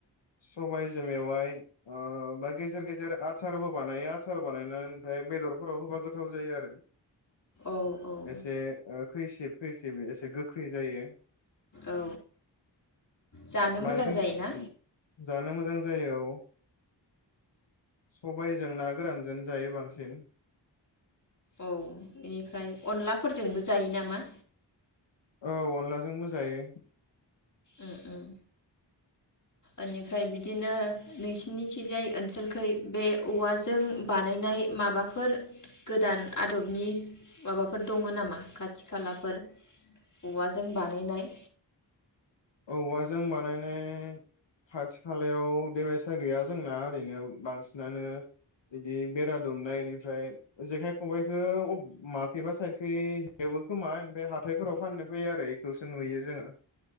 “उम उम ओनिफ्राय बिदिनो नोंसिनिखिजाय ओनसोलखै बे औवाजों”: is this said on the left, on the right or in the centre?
Left